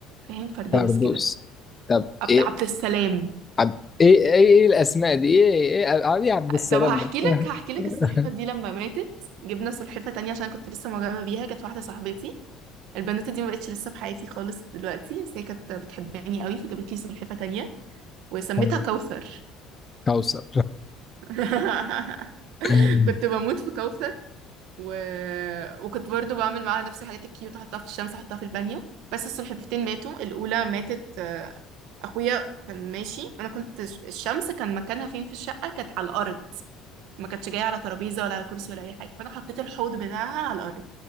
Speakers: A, on the right (about 75°); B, on the left (about 25°).
A: فاهم فردوس
B: فردوس
A: كده
B: طب
A: عبد
B: ايه
A: عبد السلام
B: عب... ايه ايه ايه الاسماء دي ايه ايه ع- ايه عبد السلام
A: طب هحكي
B: ده
A: لك
B: <laughs>
A: هحكي لك السلحفة دي لما ماتت جبنا سلحفة تانية عشان كنت لسه معجبة بيها كانت واحدة صاحبتي البنوتة دي ما بقتش لسه في حياتي خالص دلوقتي بس هي كانت بتحبني قوي فجابت لي سلحفة تانية وسميتها
B: تمام
A: كوثر
B: كوثر
A: <laughs>
B: تمام
A: كنت بموت في كوثر و... وكنت برضو بعمل معاها نفس الحاجات الكيوت احطها في الشمس احطها في البانيو بس السلحفتين ماتوا الاولى ماتت آه، اخويا كان ماشي انا كنت الشمس كان مكانها فين في الشقة كانت على الارض ما كانتش جايه على ترابيزه ولا على كرسي ولا اي حاجه فانا حطيت الحوض بتاعها على الارض